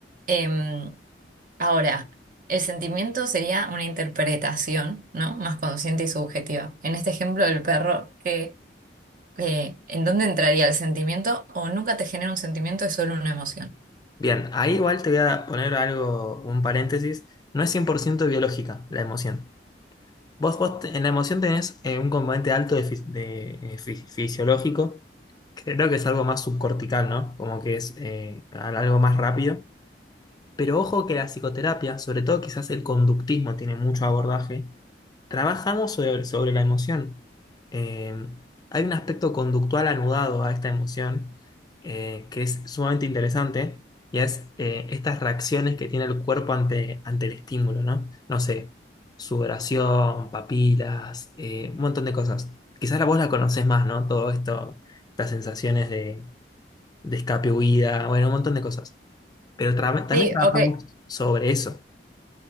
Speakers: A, on the right; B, on the left.
A: Em, Ahora, el sentimiento sería una interpretación, ¿no? Más consciente y subjetiva. En este ejemplo del perro, que, eh, ¿en dónde entraría el sentimiento? O nunca te genera un sentimiento, es solo una emoción.
B: Bien, ahí igual te voy a poner algo, un paréntesis. No es 100% biológica la emoción. Vos, vos te- en la emoción tenés eh, un componente alto de, fis- de, eh, fis- fisiológico Creo que es algo más subcortical, ¿no? Como que es eh, al- algo más rápido. Pero ojo que la psicoterapia, sobre todo quizás el conductismo tiene mucho abordaje, trabajamos sobre, sobre la emoción. Eh, hay un aspecto conductual anudado a esta emoción eh, que es sumamente interesante y es eh, estas reacciones que tiene el cuerpo ante, ante el estímulo, ¿no? No sé, sudoración, papilas, eh, un montón de cosas. Quizás la vos la conocés más, ¿no? Todo esto, estas sensaciones de de escape, huida, bueno, un montón de cosas. Pero tra- también
A: Sí,
B: trabajamos
A: ok,
B: sobre eso.